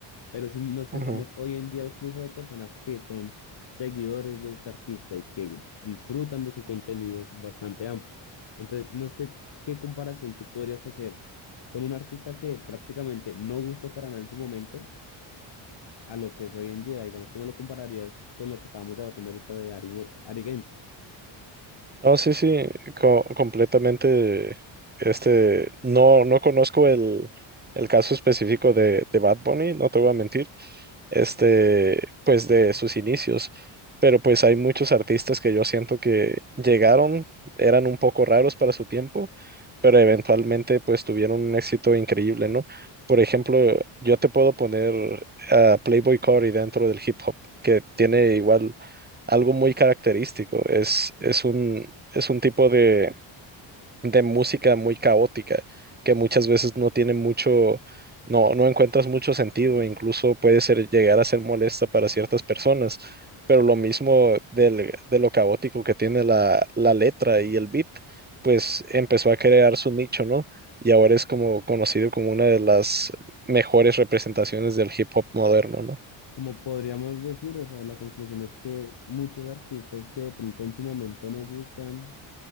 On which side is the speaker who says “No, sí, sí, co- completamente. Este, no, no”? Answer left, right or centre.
Right